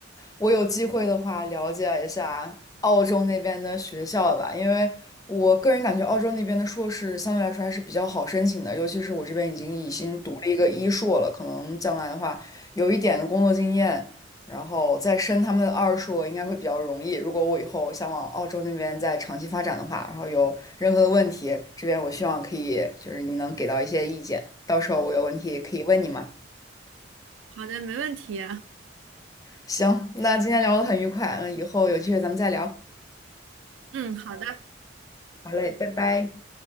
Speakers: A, on the left (about 20°); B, on the right (about 85°).
A: 我有机会的话了解一下澳洲那边的学校吧，因为我个人感觉澳洲那边的硕士相对来说还是比较好申请的，尤其是我这边已经已经读了一个一硕了，可能将来的话有一点的工作经验，然后再申他们的二硕应该会比较容易。如果我以后想往澳洲那边再长期发展的话，然后有任何的问题，这边我希望可以就是你能给到一些意见，到时候我有问题可以问你嘛。
B: 好的，没问题。
A: 行，那今天聊得很愉快，嗯，以后有机会咱们再聊。
B: 嗯，好的，
A: 好嘞，拜拜。